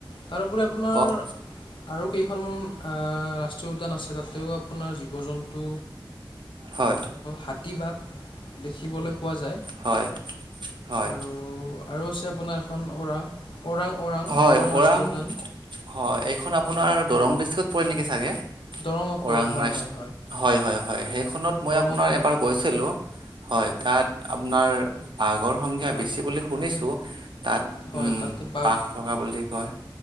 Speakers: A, on the left; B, on the right.
A: তাৰোপৰি আপোনাৰ
B: কওক
A: আৰু কেইখনমান ৰাষ্ট্ৰীয় উদ্যান আছে। তাতেও আপোনাৰ জীৱ জন্তু
B: হয়
A: হঠি বহ দেখিবলৈ পোৱা যায়
B: হয় হয়
A: আৰু, আৰু আছে আপোনাৰ এখন ওৰাং, ওৰাং ওৰাং
B: হয় ওৰাং
A: ৰাষ্ট্ৰীয় উদ্যান
B: হয় এইখন আপোনাৰ দৰং ডিষ্ট্ৰিক্ত পৰিল নেকি চাগে।
A: দৰঙত
B: ওৰাং
A: পৰে হয়
B: ৰা
A: হয়
B: হয়, হয়, হয় সেইখনত মই
A: দৰঙত
B: আপোনাৰ
A: পৰে
B: এবাৰ গৈছিলো। হয় তাত আাৰ বাঘৰ সংখ্যা
A: হয়
B: বেছি বুলি শুনিছো। তাত
A: হয়
B: উম,
A: তাতে বাঘ
B: বঘ ফকা বুলি কয়।